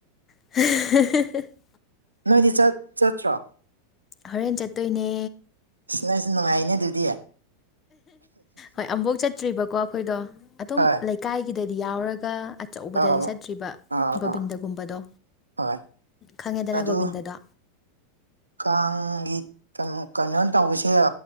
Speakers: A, on the left; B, on the right.
A: <inaudible>
B: ꯅꯣꯏꯗꯤ ꯆꯠ ꯆꯠꯇ꯭ꯔꯣ
A: ꯍꯣꯔꯦꯟ ꯆꯠꯇꯣꯏꯅꯦ
B: ꯁꯤ ꯅꯣꯏꯁꯨ ꯅꯨꯡꯉꯥꯏꯅꯦ ꯑꯗꯨꯗꯤ
A: ꯍꯣꯏ ꯑꯕꯣꯛ ꯆꯠꯇ꯭ꯔꯤꯕꯀꯣ ꯑꯩꯈꯣꯏꯗꯣ ꯑꯗꯨꯝ
B: ꯍꯣꯏ
A: ꯏꯀꯥꯏꯒꯤꯗꯗꯤ ꯌꯥꯎꯔꯒ ꯑꯆꯧꯕꯗꯗꯤ
B: ꯑꯥ
A: ꯆꯠꯇ꯭ꯔꯤꯕ
B: ꯑꯥ
A: ꯒꯣꯕꯤꯟꯗꯒꯨꯝꯕꯗꯣ
B: ꯑꯥ ꯍꯣꯏ
A: ꯈꯪꯉꯦꯗꯅ
B: ꯑꯗꯨ
A: ꯒꯣꯕꯤꯟꯗꯗꯣ
B: ꯀꯥꯡꯒꯤ ꯀꯩꯅꯣ ꯀꯩꯅꯣ ꯇꯧꯕꯁꯦ